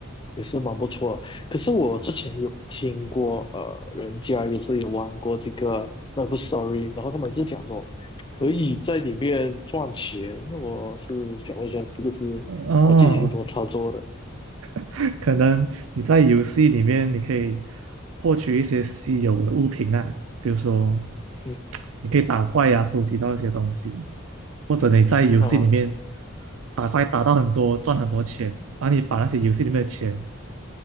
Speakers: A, on the left; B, on the right.
A: 也是蛮不错的可是我之前有听过，呃，人家也是有玩过这个 l o v Story，然后他们是讲说可以在里面赚钱。那我是想问一下，这个是啊、
B: 哦，
A: 呃具体是怎么操作的？
B: <laughs> 可能你在游戏里面你可以获取一些稀有的物品啊，比如说
A: 嗯
B: 你可以打怪呀、收集到一些东西，或者你在游戏里面
A: 啊，
B: 打怪打到很多，赚很多钱，然后你把那些游戏里面的钱，